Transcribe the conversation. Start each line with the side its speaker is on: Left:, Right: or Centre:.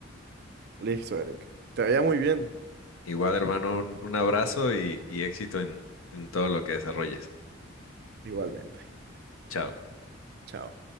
Right: Listo, Eric. Te veía muy bien,
Left: Igual, hermano, un, un abrazo y, y éxito en, en todo lo que desarrolles.
Right: igualmente.
Left: Chao.
Right: Chao.